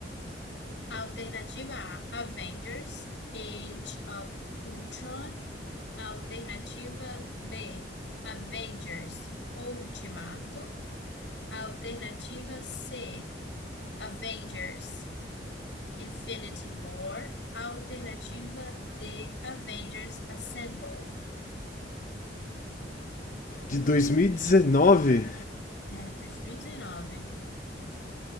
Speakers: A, on the left (about 85°); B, on the left (about 45°).
A: Alternativa A: Avengers, Age of Ultron. Alternativa B: Avengers, Ultimato. Alternativa C: Avengers, Infinity War. Alternativa D: Avengers Assemble.
B: De dois Dois mil e dezenove?
A: É, 2019.